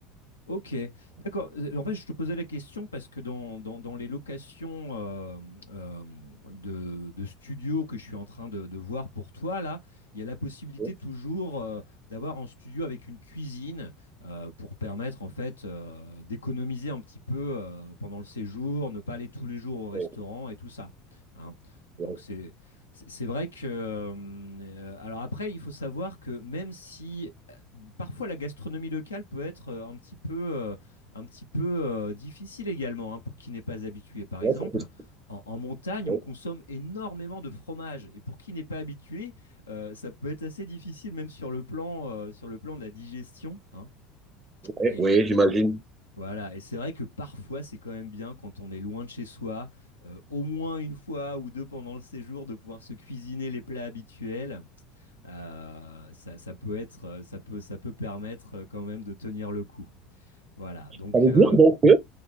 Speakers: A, on the left; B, on the right.
A: Ok, d'accord. Euh, En fait, je te posais la question parce que dans, dans- dans les locations euh, euh, de, de studios que je suis en train de, de voir pour toi, là, il y a la possibilité
B: Oui,
A: toujours euh, d'avoir un studio avec une cuisine euh, pour permettre en fait euh, d'économiser un petit peu euh, pendant le séjour, ne pas aller tous les jours au restaurant
B: oui,
A: et tout ça. hein. Donc
B: oui,
A: c'est c'est c'est vrai que euh, alors après, il faut savoir que même si parfois la gastronomie locale peut être euh, un petit peu, euh, un petit peu euh, difficile également hein, pour qui n'est pas habitué. Par
B: oui,
A: exemple,
B: ça peut se-
A: en, en montagne,
B: oui,
A: on consomme énormément de fromage et pour qui n'est pas habitué, euh, ça peut être assez difficile même sur le plan, euh, sur le plan de la digestion. hein.
B: oui,
A: Et,
B: oui, j'imagine.
A: voilà, et c'est vrai que parfois, c'est quand même bien quand on est loin de chez soi, heu, au moins une fois ou 2 pendant le séjour, de pouvoir se cuisiner les plats habituels. Heu, ça ça peut être, heu, ça peut ça peut permettre, heu, quand même de tenir le coup. Voilà, donc
B: Ça veut
A: heu
B: dire donc que